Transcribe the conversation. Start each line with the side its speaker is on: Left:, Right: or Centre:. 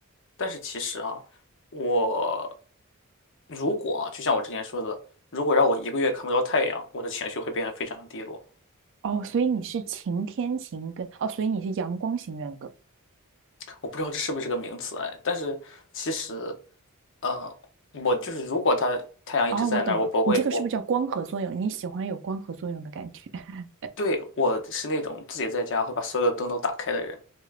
Left: 但是其实啊，我如果啊，就像我之前说的，如果让我一个月看不到太阳，我的情绪会变得非常的低落。
Right: 哦，所以你是晴天型跟哦，所以你是阳光型人格。
Left: 我不知道这是不是个名词哎，但是其实，呃，我就是如果它太阳一直在那儿，
Right: 哦，我懂了，
Left: 我不会，
Right: 你这个是不是叫光合作用？
Left: 我
Right: 你喜欢有光合作用的感觉？<laughs>
Left: 对我是那种自己在家会把所有的灯都打开的人，